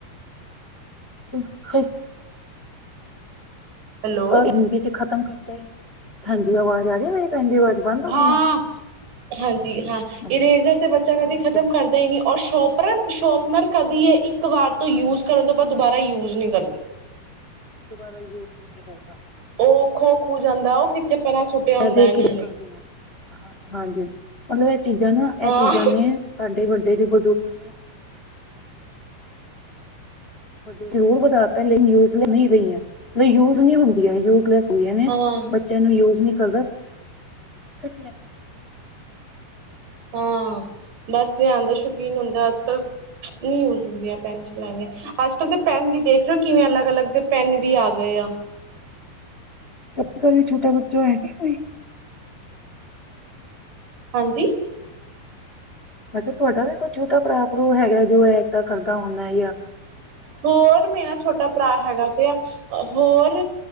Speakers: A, on the left; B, on the right.
A: <unintelligible>
B: ਹੈਲੋ
A: ਏਨੀ ਦੇਰ ਚ ਖ਼ਤਮ ਕਰਦਾ ਏ ਹਾਂਜੀ ਆਵਾਜ਼ ਆ ਰਹੀ ਹੈ ਮੇਰੀ ਇੰਦੀ ਆਵਾਜ਼ ਬੰਦ ਹੋ
B: ਹਾਂ
A: ਗਈ ਹੈ।
B: ਹਾਂਜੀ ਹਾਂ
A: ਅੱਛਾ
B: ਇਰੇਜਰ
A: ਜੀ
B: ਤੇ ਬੱਚਾ ਕਦੇ
A: ਮੈਂ
B: ਖ਼ਤਮ
A: ਕਿਹਾ
B: ਕਰਦਾ ਹੀ ਨਹੀਂ ਔਰ ਸ਼ੋਪ ਪਰ ਸ਼ੋਪਨਰ ਕਦੀ ਹੈ ਇੱਕ ਵਾਰ ਤੋਂ ਯੂਜ਼
A: ਹਾਂ
B: ਕਰਨ ਤੋਂ ਬਾਦ ਦੁਬਾਰਾ ਯੂਜ਼ ਨਹੀਂ ਕਰਦੇ।
A: ਦੁਬਾਰਾ ਯੂਜ ਹੀ ਨ ਕਰਦਾ।
B: ਉਹ ਖੋ ਖੂ ਜਾਂਦਾ ਉਹ ਕਿੱਥੇ ਪਰਾਂ ਸੁੱਟਿਆ ਹੁੰਦਾ
A: ਮੈਂ ਦੇਖ
B: ਇਹਨਾਂ
A: ਕੇ ਤੈਨੂੰ
B: ਨੇ
A: ਕਰਦੀ ਹਾਂ ਹਾਂ ਹਾਂਜੀ ਮਤਲਬ ਇਹ ਚੀਜ਼ਾਂ ਨਾ
B: ਹਾਂ
A: ਇਹ ਚੀਜ਼ਾਂ ਨੇ ਸਾਡੇ ਵੱਡੇ ਜੋ ਬਜ਼ੁਰਗ ਨੇ ਜ਼ਰੂਰ ਵਧਾ ਤਾਂ ਲੇਕਿਨ ਯੁਜ ਰਹੀ ਰਹੀਆਂ ਨਹੀਂ ਯੂਜ ਨਹੀਂ ਹੁੰਦੀਆਂ ਯੂਜ ਲੈਸ ਹੁੰਦੀਆਂ ਨੇ
B: ਹਾਂ
A: ਬੱਚਿਆਂ ਨੂੰ ਯੂਜ ਨਿ ਅਗਸਤ <unintelligible>
B: ਹਾਂ ਬਸ ਲਿਆਂਨ ਦਾ ਸ਼ੌਕੀਨ ਹੁੰਦਾ ਅੱਜ ਕੱਲ ਨਹੀਂ ਯੂਜ ਹੁੰਦੀਆਂ ਪੇਂਸਲਾ ਐਵੇਂ ਅੱਜ ਕੱਲ ਤੇ ਪੈਨ ਵੀ ਦੇਖ ਲਓ ਕਿਵੇਂ ਅਲੱਗ ਅਲੱਗ ਦੇ ਪੈਨ ਵੀ ਆ ਗਏ ਆ।
A: ਤੁਹਾਡੇ ਘਰ ਵੀ ਛੋਟਾ ਬੱਚਾ ਹੈਗਾ ਕੋਈ
B: ਹਾਂਜੀ
A: ਮੈ ਕਿਹਾ ਤੁਹਾਡਾ ਵੀ ਕੋਈ ਛੋਟਾ ਭਰਾ ਭਰੁ ਹੈਗਾ ਜੋ ਹੈ ਏਦਾਂ ਕਰਦਾ ਹੁੰਦਾ ਯ
B: ਹੋਰ ਮੇਰਾ ਛੋਟਾ ਭਰਾ ਹੈਗਾ ਤੇ ਆ ਹੋਰ